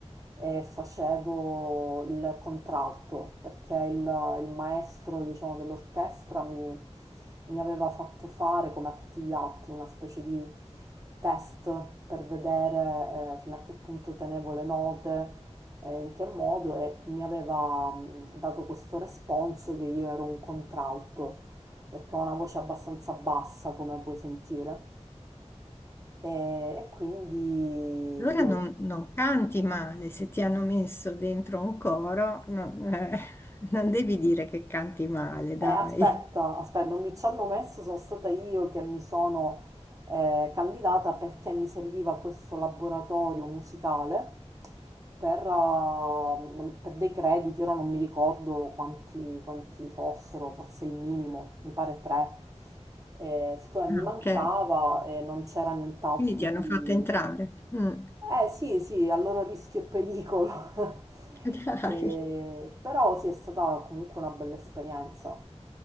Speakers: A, on the right; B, on the left.
A: e facevo il contralto perché il, il maestro, diciamo, dell'orchestra mi, mi aveva fatto fare, come a tutti gli altri, una specie di test per vedere eh, fino a che punto tenevo le note, eh, in che modo e mi aveva mh, dato questo responso che io ero un contralto perché ho una voce abbastanza bassa, come puoi sentire. E quindi
B: Allora
A: io,
B: non, non canti male, se ti hanno messo dentro un coro, non, eh, <laughs> non devi dire che canti male, dai.
A: eh, aspetta, aspetta, non mi ci hanno messo, sono stata io che mi sono eh, candidata perché mi serviva questo laboratorio musicale per, eh, per dei crediti, ora non mi ricordo quanti, quanti fossero, forse il minimo, mi pare tre. Eh, siccome mi
B: Ah,
A: mancava
B: ok,
A: e non c'era nient'altro
B: quindi ti hanno
A: di...
B: fatto entrare. Mm.
A: Eh sì, sì, a loro rischio e pericolo. <laughs>
B: <laughs> Dai.
A: Eh, però sì, è stata comunque una bella esperienza.